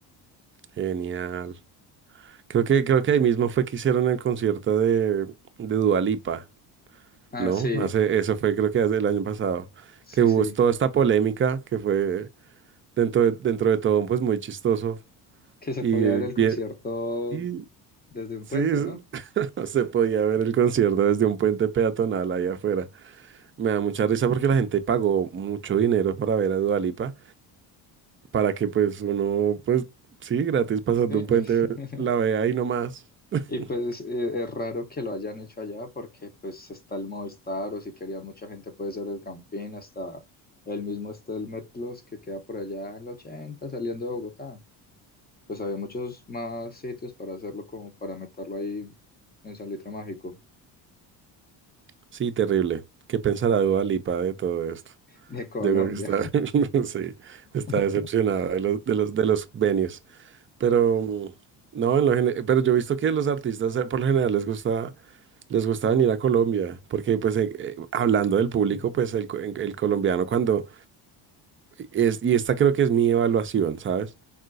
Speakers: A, on the right; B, on the left.
A: genial. Creo que, creo que ahí mismo fue que hicieron el concierto de, de Dua Lipa,
B: Ah,
A: ¿no?
B: sí,
A: Hace, eso fue creo que hace el año pasado,
B: sí,
A: que hubo
B: sí.
A: es- toda esta polémica que fue dentro de, dentro de todo pues muy chistoso
B: que se
A: y
B: podía ver el
A: bien,
B: concierto
A: y
B: desde un
A: sí,
B: puente,
A: es-
B: ¿no?
A: <laughs> se podía ver el concierto desde un puente peatonal allá afuera. Me da mucha risa porque la gente pagó mucho dinero para ver a Dua Lipa, para que pues uno, pues sí, gratis pasando
B: Sí.
A: un
B: <laughs>
A: puente, la vea ahí nomás. <laughs>
B: Y pues eh, es raro que lo hayan hecho allá porque pues está el Movistar o si querían mucha gente puede ser el Campín, hasta el mismo está el Metlos que queda por allá en el 80 saliendo de Bogotá. Pues había muchos más sitios para hacerlo como para meterlo ahí en Salitre Mágico
A: Sí, terrible. ¿Qué pensará Dua Lipa de todo esto?
B: de Colombia.
A: Yo creo que está, <laughs> sí, está
B: <laughs>
A: decepcionada de los, de los, de los venues. Pero mm, no, en lo gene- pero yo he visto que los artistas eh, por lo general les gusta, les gusta venir a Colombia, porque pues eh, eh, hablando del público,
B: Mm.
A: pues el, co- el colombiano cuando es, y esta creo que es mi evaluación, ¿sabes?